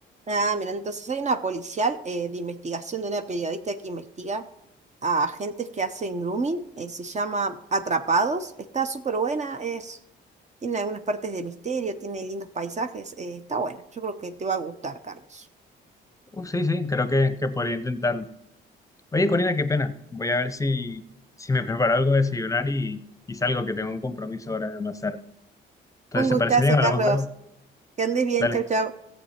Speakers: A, on the right (about 35°); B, on the left (about 15°).
A: Ah, mira, entonces hay una policial eh, de investigación de una periodista que investiga a agentes que hacen grooming, eh, se llama Atrapados, está súper buena, es, tiene algunas partes de misterio, tiene lindos paisajes, eh, está buena, yo creo que te va a gustar, Carlos.
B: Uh, sí, sí, creo que, que podría intentarlo. Oye, Corina, qué pena. Voy a ver si, si me preparo algo de desayunar y, y salgo, que tengo un compromiso ahora más tarde. Entonces,
A: Un gustazo,
B: ¿te parece bien? Hablamos
A: Carlos,
B: luego.
A: que andes bien,
B: Dale,
A: chau, chau.